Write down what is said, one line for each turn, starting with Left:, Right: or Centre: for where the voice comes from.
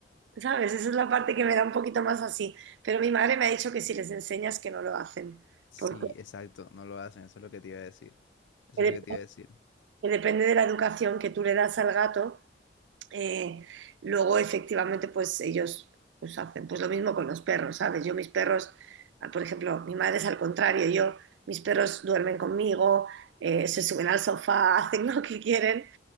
Right: ¿sabes? Esa es la parte que me da un poquito más así. Pero mi madre me ha dicho que si les enseñas que no lo hacen,
Left: Sí,
Right: porque
Left: exacto, no lo hacen, eso es lo que te iba a decir. Eso
Right: que
Left: es
Right: dep-
Left: lo que te iba a decir.
Right: que depende de la educación que tú le das al gato, Eh, luego, efectivamente, pues ellos pues, hacen pues, lo mismo con los perros, ¿sabes? Yo mis perros, ah, por ejemplo, mi madre es al contrario, yo, mis perros duermen conmigo, eh, se suben al sofá, <laughs> hacen lo que quieren.